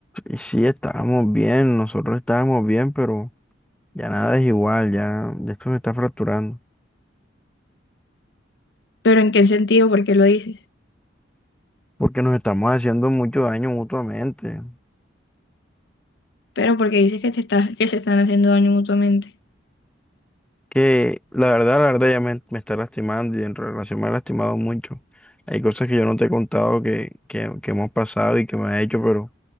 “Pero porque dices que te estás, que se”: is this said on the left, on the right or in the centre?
Left